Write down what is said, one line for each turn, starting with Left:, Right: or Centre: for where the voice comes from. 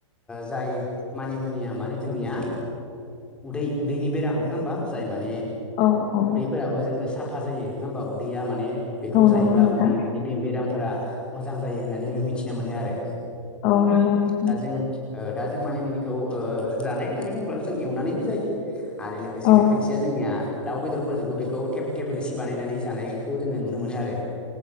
Centre: जाय मानि मुनिया माने जोंनिया उदै उदैनि बेराम नङा होमबा जाय माने
Left: औ औ
Centre: फोराबो जोङो साफा जायो नङा होमबा उदैया माने बेखौ
Left: औ नंगौ
Centre: जायोब्ला
Left: नोंथां
Centre: उदै बिदि बे बेरामफोरा मोजां जायो होननानै जोङो मिथिना मोनो आरो
Left: औ नंगौ नोंथां
Centre: दा जों दा जों मानि मुनिखौ ओ जानाय होननानै बुङोब्ला' जों एवनानैबो जायो। आरो लोगोसेनो
Left: औ
Centre: खायसेया जोंनिया दाउ बेदरफोरजोंबो बेखौ थेब थेब रोसि बानायनानै जानाय खौ जोङो नुनो मोनो आरो